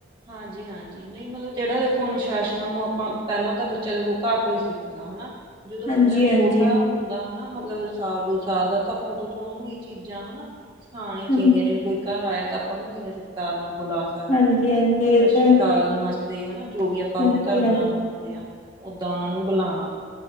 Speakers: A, on the right; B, on the left.
A: ਹਾਂਜੀ ਹਾਂਜੀ ਨਹੀਂ ਮਤਲਬ ਜਿਹੜਾ ਦੇਖੋ ਅਨੁਸ਼ਾਸਨ ਆ ਉਹ ਆਪਾਂ ਪੈਲਾਂ ਤਾਂ ਬੱਚਾ ਦੇ ਖੋ ਘਰ ਤੋਂ ਹੀ ਸਿੱਖਦਾ ਹੈ ਨਾ ਜਦੋਂ
B: ਹਾਂਜੀ
A: ਬੱਚਾ ਛੋਟਾ
B: ਹਾਂਜੀ
A: ਦਾ ਹਨਾ ਮਤਲਬ ਸਾਲ ਦੋ ਸਾਲ ਦਾ ਤਾਂ ਉਦੋਂ ਤੋਂ ਉਹਨੂੰ ਇਹ ਚੀਜ਼ਾਂ ਹਨਾ ਸਖਾਣੀਆਂ ਚਾਈਦੀਆਂ
B: ਹਾਂ
A: ਨੇ ਕੋਈ ਘਰ ਆਇਆ ਤਾਂ ਆਪਾਂ ਨੂੰ ਕਿਵੇਂ ਸਤਿਕਾਰ ਨਾਲ ਬੁਲਾ ਸਕੇ
B: ਹਾਂਜੀ ਹਾਂਜੀ
A: ਸਤਿ ਸ਼੍ਰੀ
B: ਤਾਂ
A: ਅਕਾਲ ਨਮਸਤੇ ਹਨਾ ਜੋ ਵੀ ਆਪਾਂ
B: ਹਾਂਜੀ
A: ਆਪਣੇ ਧਰਮ
B: ਹਾਂਜੀ
A: ਨਾਲ ਖਦੇ ਆ ਓਦਾਂ ਉਹਨਾਂ ਨੂੰ ਬੁਲਾਣਾ